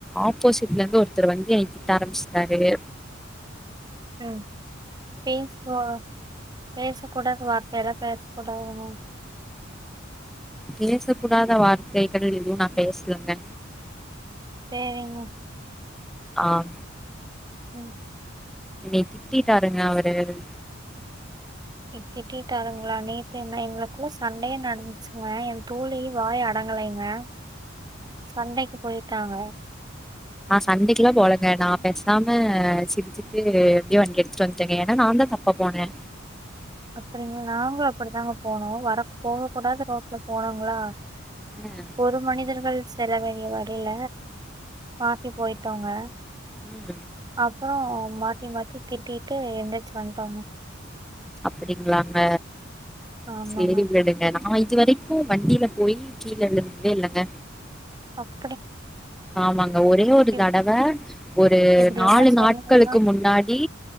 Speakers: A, in the centre; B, on the right.
A: ஆப்போசிட்லந்து ஒருத்தர் வந்து என்ன திட்டாரம்பிச்ட்டாரூ
B: உம் பேஸ்வா பேச கூட வார்பெறா பேஸ் கூடாதாணெ
A: பேசக் குடாத வார்த்தைகள் எதுவு நா பேஸ்லங்கெ
B: சேரிங்கெ
A: ஆஹ்
B: உம்
A: என்னைய திட்டிடாருங்க அவரூ
B: திட்டிடாருங்களா நேத்து என்ன எங்களுக்கள்ள சண்டயே நடந்துச்சுங்க என் தோழியு வாயடங்கலைங்க சண்டைக்கு போயி டாங்க
A: ஆஹ் சண்டெக்குலா போலங்கெ நா பெசாமே சிரிச்சிட்டே எப்டியோ வண்டி எடுத்துட்டு வன்ட்டேங்கெ ஏனா நான்தா தப்பா போனே
B: அப்படிங் நாங்கோ அப்படிதாங்க போனோ வரப் போக கூடாது ரோட்ல போனாங்களா
A: ம்
B: ஒரு மனிதர்கள் செல்ல வேண்டிய வருல மாத்தி போய்ட் ட்டோங்க
A: உம்
B: அப்றோ மாத்தி மாத்தி திட்டிட்டு எந்திரிச்சு வன்டாங்க
A: அப்டிங்ளாங்க
B: ஆமாங்க
A: சேரி விடுங்க ஆஹ் இதுவரைக்கு வண்டியில போய் கீழ விழுந்ததே இல்லங்க
B: ஓக்
A: ஆமாங்க ஒரே ஒரு
B: இப்
A: தடவ ஒரு
B: இப்டியெல்லா
A: நாலு
B: சொன்னீங்கன்னா
A: நாட்களுக்கு முன்னாடி